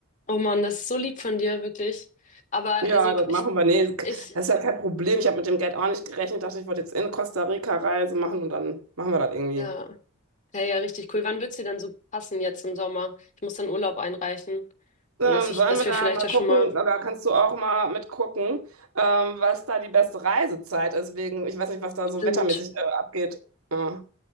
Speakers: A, on the left; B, on the right.
A: Oh Mann, das ist so lieb von dir, wirklich. Aber also
B: Ja, das machen
A: ich,
B: wir. Nee,
A: ich,
B: das ist ja kein Problem. Ich habe mit dem Geld auch nicht gerechnet. Dachte, ich wollte jetzt in Costa Rica Reise machen und dann machen wir das irgendwie.
A: ja, hey, ja, richtig cool. Wann wird's dir denn so passen jetzt im Sommer? Ich muss dann Urlaub einreichen.
B: Ähm,
A: Nur dass ich,
B: sollen
A: dass
B: wir
A: wir
B: da
A: vielleicht
B: mal
A: da
B: gucken,
A: schon mal.
B: oder kannst du auch mal mitgucken, ähm, was da die beste Reisezeit ist, wegen, ich weiß nicht, was da
A: Stimmt.
B: so wettermäßig äh, abgeht. Ja.